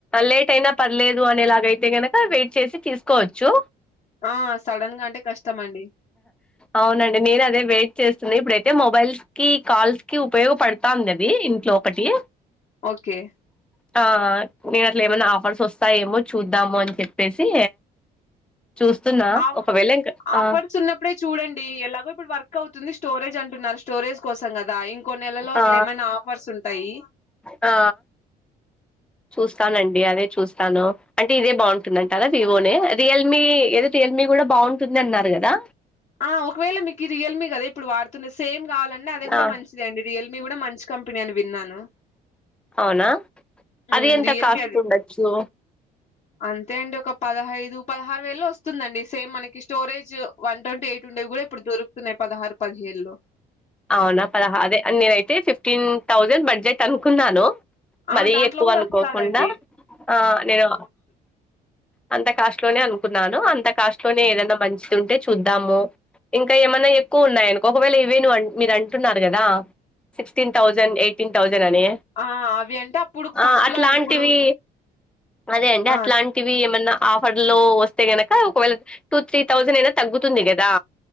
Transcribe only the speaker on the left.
ఆ సడన్ గా అంటే కష్టం అండి
ఓకే
ఆఫ్
ఆఫర్స్
ఉన్నప్పుడే చూడండి ఎలాగో ఇప్పుడు వర్క్ అవుతుంది స్టోరేజ్ అంటున్నారు స్టోరేజ్ కోసం కదా ఇంకొన్ని నెలలో అట్ల
ఏమైనా ఆఫర్స్ ఉంటాయి
ఆ ఒకవేళ మీకి రియల్మీ కదా ఇప్పుడు వాడుతున్న సేమ్ గావాలన్న అదే కూడా
మంచిదే అండి రియల్మీ కూడా మంచి కంపెనీ అని విన్నాను
హ్మ్.
రియల్‌మీ
అది.
అంతే అండి ఒక పదహైదు పదహారు వేల్లో వస్తుందండి సేమ్ మనకి స్టోరేజ్ వన్ ట్వంటీ ఎయిట్ ఉండేవి కూడా ఇప్పుడు దొరుకుతున్నాయి పదహారు పదిహేలో
ఆ!
దాంట్లో
గూడా
వస్తాదండి.
ఆ! అవి అంటే అప్పుడు ఫస్ట్‌లో
అండి. ఇప్పుడు
ఆ!